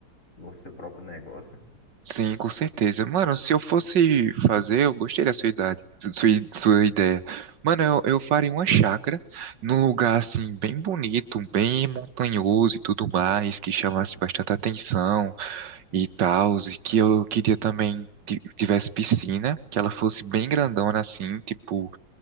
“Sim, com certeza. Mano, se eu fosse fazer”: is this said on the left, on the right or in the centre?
Right